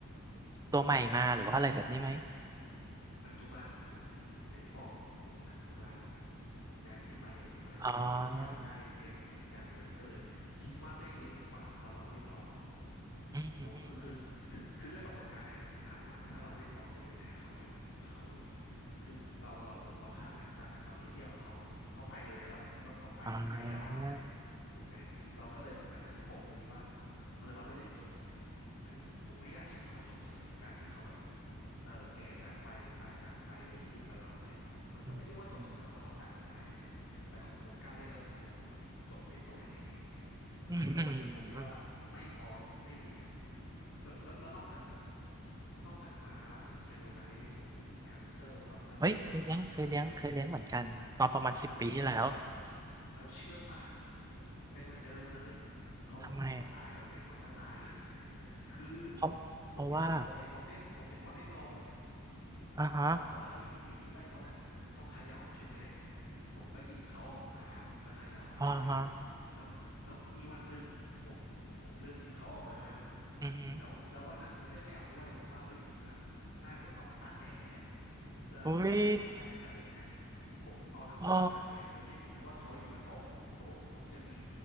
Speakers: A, on the right; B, on the left.
A: ตัวใหม่มาหรือว่าอะไรแบบนี้ไหม
B: ปัจจุ ปัจจุบันผมอย่างที่บอกผมผมทำงานย้ายที่ไปย้ายที่มาไม่มีโอกาสได้เลี้ยงจริงจังเลยก็เลยคิดว่าไม่เลี้ยงดีกว่าเพราะเราไม่พร้อม
A: อ๋ออืมอืมอืม
B: โมคือคือคือคือด้วยประสบการณ์ในอดีตที่ผ่านมาถ้าเราไม่พร้อมจะดูแลเขาอยู่กับเขาอย่างเงี้ยคือเราเราเราค่าดสายตาจากเขานิดเดียวเขาเขาไปเลยอะแล้วแล้วเขาไปไปยาวเลยอะ
A: อ่า
B: ถูกไหมเราก็เลยแบบอาจจะมีปมตรงนี้ว่าเออเราไม่ได้จบคือผมไม่อยากใช้คำว่าจบสวยการที่เขาแบบ เออแก่จากไปหรือตายจากไปโดยที่อยู่กับเราอย่างเงี้ยมันมันก็ไม่เรียกว่าจบสวยเราเพราะเขาจากเราไปใช่ไหมแต่ของผมกล้าเรียกแล้วว่าของผมมันมันจบไม่สวยอย่างเงี้ย
A: อืมอืมอืมอื
B: มันก็เลยเป็นปมที่ว่าว่าไม่พร้อมไม่เลี้ยง
A: ม
B: แล้วแล้วแล้วนอกจากนอกจากหมาอะผมเคยมีโอกาสได้เลี้ยงหนูแฮมสเตอร์ตอนน่าจะประมาณมัธยม
A: เฮ้ยเคยเลี้ยงเคยเลี้ยงเคยเลี้ยงเหมือนกันตอนประมาณสิบปีที่แล้ว
B: แล้วแล้วแล้วเชื่อป่ะเป็นเหมือนเดิมเลยเขาเขาตายแบบไม่ควรจะตายเลย
A: ทำไม
B: <laughs> คือ
A: เพราะเพราะว่า
B: ผมเห็นผมเห็นมดในผมเห็นมดในกรง
A: อ่าฮะ
B: ผมก็ว่าเฮ้ยวิธีไล่มดอ่ะผมต้องเขย่าใช่ไหมผมก็หยิบเขาออกมาผมก็เขย่าอะไรเงี้ย
A: อ่าฮะ
B: แล้วแล้วมีวันหนึ่งผมผมลืมหยิบเขาออกมา
A: อือฮึ
B: แล้วแล้ววันนั้นผมไม่ได้เขย่าด้วยผมว่าเฮ้ยมันน่าจะต้องตากแดดแหละเพื่อไล่มดไล่อะไรเงี้ย
A: อุ้ย
B: ผมเอาทั้งกรงไปตากแดดโดยที่ผมนึกว่าเขาอยู่บนโต๊ะผมเพราะว่าผมผมจะมี
A: อ๋อ